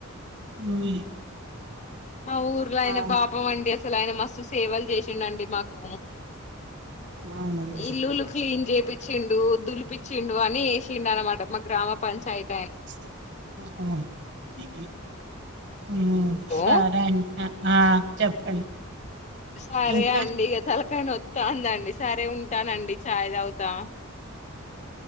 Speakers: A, on the right; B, on the left.
A: ఉమ్
B: మా ఊర్లో ఆయన
A: ఆ
B: పాపం అండి అసలు క్కలాయనా మస్తు సేవలు చేసిండండి మాకు
A: అవునండి
B: ఇల్లులు క్లీన్ జేపిచ్చిండు దులిపిచ్చిండు అన్ని ఏషిండు అన్నమాట మా గ్రామ పంచాయత్
A: <unintelligible> ఉహూమ్ సరై
B: ఓ
A: న ఆ చెప్పండి
B: సరే
A: ఇంకా
B: అండి ఇగ తలకాయన నొత్తాందండి సరే ఉం టానండి చాయ్ దాగుతా